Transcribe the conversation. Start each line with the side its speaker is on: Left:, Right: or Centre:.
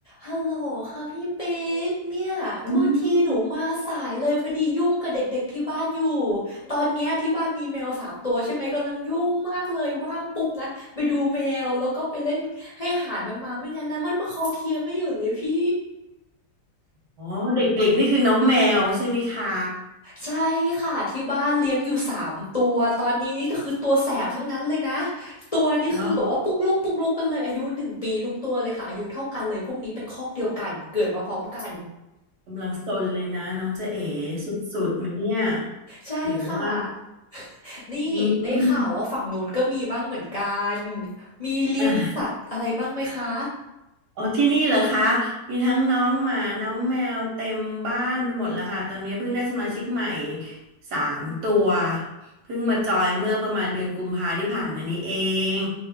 Left: ฮัลโหลค่ะพี่ปิ๊กเนี่ยโทษทีหนูมาสายเลยพอดียุ่งกับเด็กๆที่บ้านอยู่
Right: อืม
Left: ตอนเนี้ยที่บ้านมีแมวสามตัวใช่ไหมกำลังยุ่งมากเลยว่างปุ๊บนะไปดูแมวแล้วก็ไปเล่นให้อาหารมันมาไม่งั้นนะมันมาคอเคลียร์ไม่หยุดเลยพี่
Right: อ๋อ เด็กๆ นี่คือน้องแมวใช่ไหมคะ
Left: ใช่ค่ะที่บ้านเลี้ยงอยู่สามตัวตอนนี้นี่คือตัวแสบทั้งนั้นเลยนะตัวนี่คือแบบว่าปุ๊กลุกปุ๊กลุกกันเลยอายุหนึ่งปีทุกตัวเลยค่ะอายุเท่ากันเลยพวกนี้เป็นคอกเดียวกันเกิดมาพร้อมกัน
Right: เนาะกำลังซนเลยนะน้องเจ๊เอ๋สุดๆไหมเนี่ย
Left: ใช่ค่ะ
Right: หรือว่า
Left: <laughs> นี่ได้ข่าวว่าฝั่งนู้นก็มีบ้างเหมือนกัน
Right: อืม
Left: มีเลี้ยงสัตว์อะไรบ้างไหมคะ
Right: อ่ะอ๋อ ที่นี่เหรอคะ มีทั้งน้องหมาน้องแมวเต็มบ้านไปหมดแล้วค่ะ ตอนนี้เพิ่งได้สมาชิกใหม่สามตัวเพิ่งมาจอยเมื่อประมาณเดือนกุมภาที่ผ่านมานี้เอง